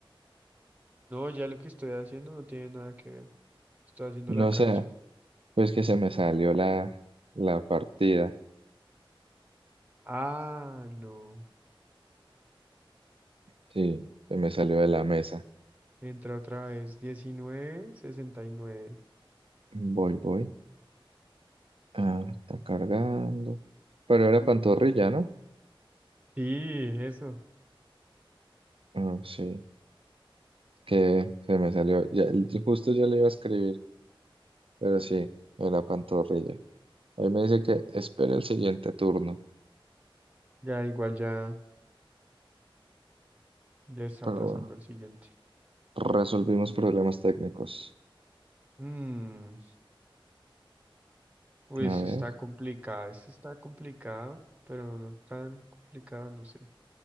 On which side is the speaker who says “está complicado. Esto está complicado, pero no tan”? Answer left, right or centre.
Right